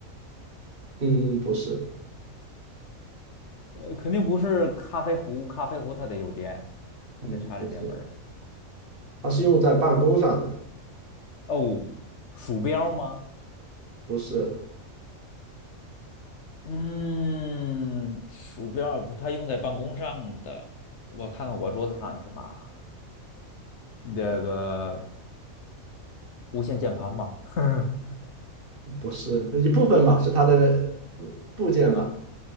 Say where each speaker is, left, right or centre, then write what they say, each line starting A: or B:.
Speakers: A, on the right (about 45°); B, on the left (about 60°).
A: 嗯，不是。
B: 呃，肯定不是咖啡壶，咖啡壶它得有电，
A: 嗯，
B: 它得插着电门儿。
A: 不是，它是用在办公上的，
B: 哦，鼠标吗？
A: 不是，
B: 嗯，鼠标也不是它用在办公上的，我看看我桌子上有什么啊？这个无线键盘吗？<laughs>
A: 不是一部分吧，是它的呃部件吧？
B: 啊，